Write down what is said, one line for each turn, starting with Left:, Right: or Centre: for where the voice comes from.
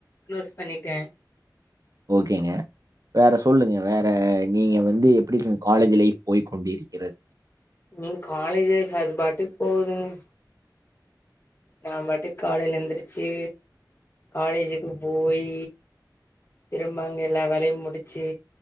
Left: க்ளோஸ் பண்ணிட்ட
Right: ஓகேங்க வேற சொல்லுங்க வேற ப்ப நீங்க வந்து எப்டிங் உங் காலேஜ் லைஃப் போய் கொண்டிருக்கிறது
Left: எங் காலேஜ் லைஃப் அது பாட்டுக்கு போகுதுங்க நா பாட்டுக்கு காலையில எந்திரிச்சி காலேஜிக்கு போயி திரும்ப அங்க எல்லா வேலையு முடிச்சி